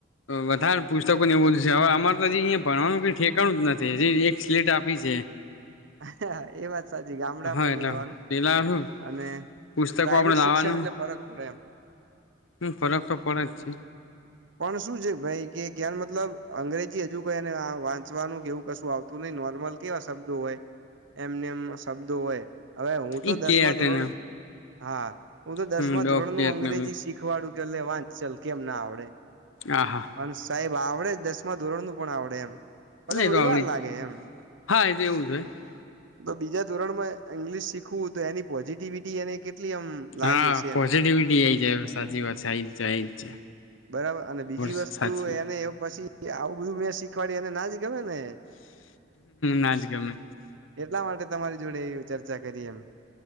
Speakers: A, on the left (about 85°); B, on the right (about 75°).
A: વધારે પુસ્તકો ને એવ બધું છે હવે અમારે તો અયા ભણવાનુંઈ ઠેકાણું જ નથી હ એક સ્લીટ આપી છે
B: હા એ વાત સાચી ગામડામાં
A: હા એટલે
B: એવું રેવાનું
A: પેલા શું
B: અને
A: પુસ્તકો
B: પ્રાાઈવેટ
A: આપડે લાવવાનું
B: શિક્ષણ એટલે ફરક પડે એમ
A: હમ ફરક તો પડ છે
B: પણ શું છે ભાઈ કે જ્ઞાન મતલબ અંગ્રેજી હજુ કોઈ એને વાંચવાનું કેવું કશું આવતું નહી. નોર્મલ કેવા શબ્દો હોય એમને એમ શબ્દો હોય હવે હું તો
A: એ
B: દસમાં
A: કેટને
B: ધોરણ. હા હું તો દસમા
A: હમ ડોગ
B: ધોરણ નું
A: કેટને
B: અંગ્રેજી શીખવાડું કે એટલે વાંચ ચલ કેમ ના આવડે
A: હા હા
B: અને સાહેબ આવડે જ દસમા ધોરણ નું પણ આવડે એમ પલે
A: નહી
B: થોડી
A: તો આવડી
B: વાર
A: જ
B: લાગે એમ
A: હા એ તો એવું જ હોય
B: તો બીજા ધોરણ માં ઇંગ્લિશ શીખવું તો એની પોઝિટિવિટી એને કેટલી આમ લાવી
A: હા
B: હશે
A: પોઝિટિવિટી
B: એમ
A: એ છે સાચી વાત જ છે
B: બરાબર અને બીજી વસ્તુ
A: છે સાચી વાત
B: એને એ પછી આવું બધું મેં શીખવાડ્યું એને ના જ કેને
A: ના જ ગમે
B: એટલા માટે તમારી જોડે ચર્ચા કરી એમ